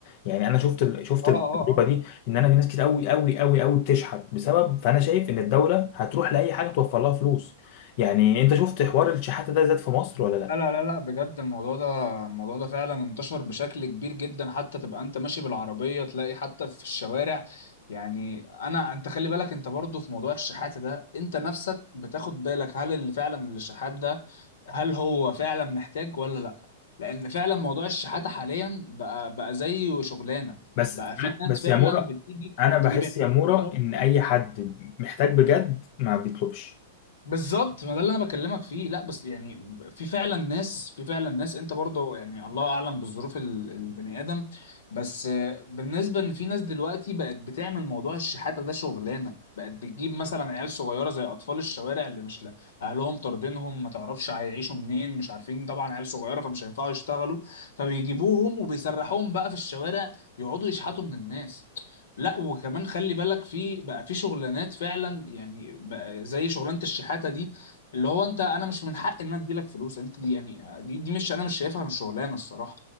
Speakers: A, on the left; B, on the left.
A: يعني انا شفت ال- شفت
B: اه اه
A: التجربه
B: اه
A: دي ان انا في ناس كتير قوي قوي قوي قوي بتشحت بسبب فانا شايف ان الدوله هتروح لاي حاجه توفر لها فلوس يعني انت شفت حوار الشحاته ده زاد في مصر ولا لا
B: لا لا لا لا بجد الموضوع ده الموضوع ده فعلا انتشر بشكل كبير جدا حتى تبقى انت ماشي بالعربية تلاقي حتى في الشوارع يعني انا انت خلي بالك انت برضو في موضوع الشحات ده انت نفسك بتاخد بالك هل اللي فعلا اللي الشحات ده هل هو فعلا محتاج ولا لا لان فعلا موضوع الشحاتة حاليا بقى بقى زي شغلانة
A: بس
B: بقى في ناس
A: بس
B: فعلا
A: يا مورا
B: بتيجي
A: انا
B: بتجيب
A: بحس
B: عيال
A: يا مورا
B: صغيرة
A: ان اي حد محتاج بجد ما بيطلبش
B: بالظبط ما ده اللي انا بكلمك فيه لا بس يعني في فعلا ناس في فعلا ناس انت برضه يعني الله اعلم بالظروف ال- البني ادم بس آه، بالنسبه ان في ناس دلوقتي بقت بتعمل موضوع الشحاته ده شغلانه بقت بتجيب مثلا عيال صغيره زي اطفال الشوارع اللي مش لا اهلهم طاردينهم ما تعرفش هيعيشوا منين مش عارفين طبعا عيال صغيره فمش هينفعوا يشتغلوا فبيجيبوهم وبيسرحوهم بقى في الشوارع يقعدوا يشحتوا من الناس لا وكمان خلي بالك في بقى في شغلانات فعلا يعني بقى زي شغلانه الشحاته دي اللي هو انت انا مش من حق ان انا اديلك فلوس انت دي يعني دي دي مش انا مش شايفها مش شغلانه الصراحه